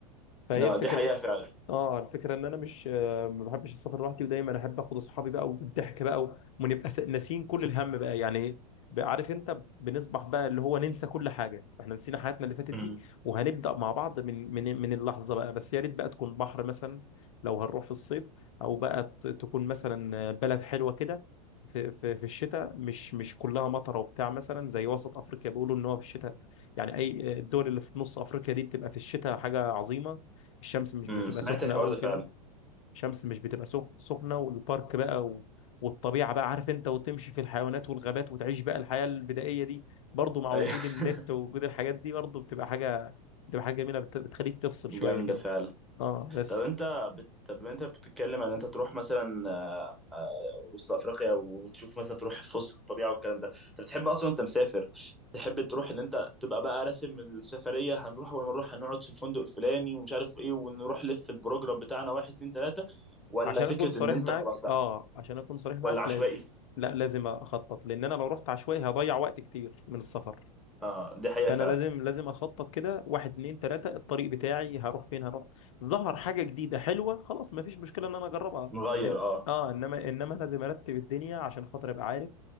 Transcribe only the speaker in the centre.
لا
دي حقيقه فعلا
امم
أمم،
سمعت
الحوار
ده
فعلا
ايوه
<laughs>
جامده
فعلا
طب انت بت... طب انت بتتكلم عن انت تروح مثلا آه، آه، وسط افريقيا وتشوف مثلا تروح في وسط الطبيعه والكلام ده انت بتحب اصلا انت مسافر تحب تروح ان انت تبقى بقى راسم السفريه هنروح اول ما نروح هنقعد في الفندق الفلاني ومش عارف ايه ونروح لف البروجرام بتاعنا واحد اتنين تلاته ولا
فكره
ان انت
خلاص لا
ولا عشوائي
اه دي حقيقه
فعلا
نغير
اه